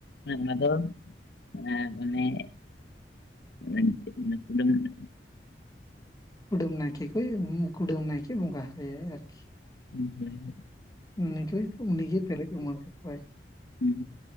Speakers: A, on the left (about 65°); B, on the left (about 20°).
A: ᱚᱱᱟ ᱫᱚ ᱟᱨ ᱢᱟᱱᱮ <unintelligible>
B: ᱠᱩᱰᱟᱹᱢ ᱱᱟᱭᱠᱮ ᱠᱚ ᱠᱩᱰᱟᱹᱢ ᱱᱟᱭᱠᱮ ᱵᱚᱸᱜᱟ ᱟᱭᱟᱭ ᱟᱨᱠᱤ
A: ᱦᱮᱸ ᱦᱮᱸ
B: ᱩᱱᱤ ᱠᱚ ᱩᱱᱤᱜᱮ ᱯᱮᱨᱮᱡ ᱩᱢᱟᱹᱲ ᱠᱟᱠᱚᱣᱟᱭ᱾
A: ᱦᱩᱸ